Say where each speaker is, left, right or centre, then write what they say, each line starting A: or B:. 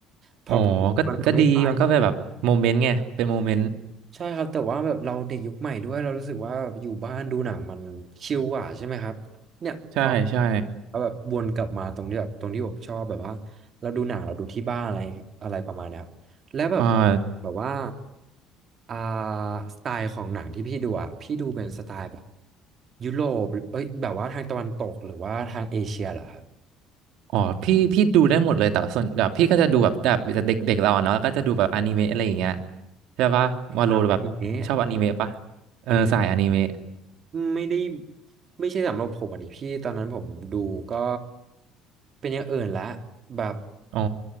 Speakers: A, on the right; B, on the right.
A: เพอ
B: โอ้ก็ก็ดีมันก็เป็นแบบโมเมนต์ไงเป็นโมเมนต์
A: มันไม่ไป ใช่ครับแต่ว่าแบบเราเด็กยุคใหม่ด้วยเรารู้สึกว่าแบบอยู่บ้านดูหนังมันชิลกว่าใช่ไหมครับเนี่ยพอ
B: ใช่ใช่
A: เราแบบวนกลับมาตรงที่แบบตรงที่ผมชอบแบบว่าเราดูหนังเราดูที่บ้านอะไรอะไรประมาณเนี้ยครับแล้วแบบ
B: อ่า
A: แบบว่าอ่าสไตล์ของหนังที่พี่ดูอ่ะพี่ดูเป็นสไตล์แบบยุโรปเอ้ยแบบว่าทางตะวันตกหรือว่าทางเอเชียเหรอครับ
B: อ๋อพี่พี่ดูได้หมดเลยแต่ว่าส่วนแบบพี่ก็จะดูแบบแบบเด็กเด็กเราอะเนาะแล้วก็จะดูแบบอนิเมะอะไรอย่างเงี้ยใช่ปะวาโลแบบชอบอนิเมะปะ
A: อ่าอันนี้
B: เออสายอนิเมะ
A: อันนี้ ไม่ได้ไม่ใช่สำหรับผมอ่ะดิพี่ตอนนั้นผมดูก็เป็นอย่างอื่นละแบบ
B: อ๋อ